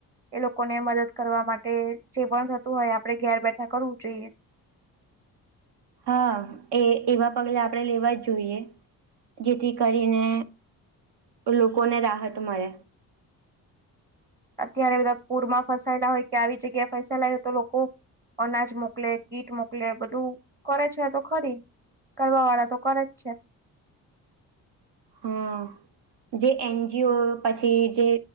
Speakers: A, on the right (about 25°); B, on the right (about 65°).
A: એ લોકોને મદદ કરવા માટે જે પણ થતું હોય આપડે ઘેર બેઠા કરવું જોઈએ.
B: હા એ એવા પગલા આપણેે લેવા જ જોઈએ. જેથી કરીને લોકોને રાહત મળે.
A: અત્યારે બધા પૂરમાં ફસાયલા હોય કે આવી જગ્યા ફસાયલા હોય તો લોકો અનાજ મોકલે કીટ મોકલે બધું કરે છે તો ખરી. કરવા વાળા તો કરે જ છે.
B: હમ. જે એનજીઓ પછી જે